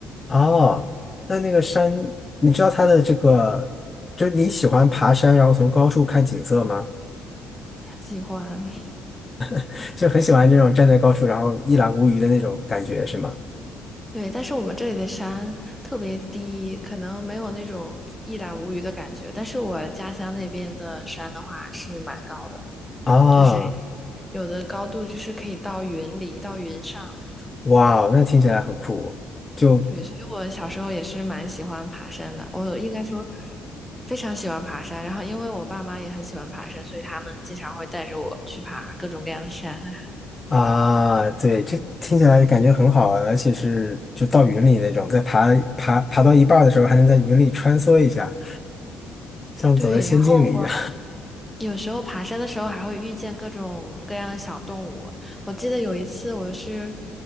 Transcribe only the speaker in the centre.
喜欢。
对，但是我们这里的山特别低，可能没有那种一览无余的感觉。但是我家乡那边的山的话是蛮高的，
就是有的高度就是可以到云里、到云上那种。
对，所以我小时候也是蛮喜欢爬山的，我应该说非常喜欢爬山。然后因为我爸妈也很喜欢爬山，所以他们经常会带着我去爬各种各样的山。<laughs>
对，然后我有时候爬山的时候还会遇见各种各样的小动物。我记得有一次我是